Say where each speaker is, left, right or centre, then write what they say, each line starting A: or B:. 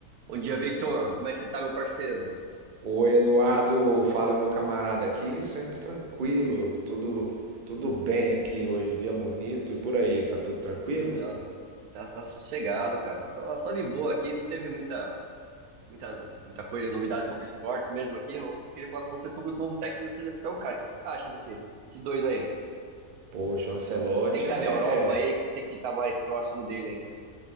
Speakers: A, on the right; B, on the right.
A: Bom dia, Victor. Como é que você tá, meu parceiro?
B: Oi, Eduardo, fala meu camarada aqui, sempre tranquilo, tudo tudo bem aqui hoje, dia bonito e por aí, tá tudo tranquilo?
A: Ah, aqui tá, tá sossegado, cara. Só, só de boa aqui, não teve muita, muita, muita coisa, novidade sobre esportes mesmo aqui. Eu queria falar com você sobre o novo técnico da seleção, cara. O que você acha desse, desse doido aí?
B: Poxa, o Ancelotti
A: Você que tá
B: é,
A: na Europa aí, que você que tá mais próximo dele, hein?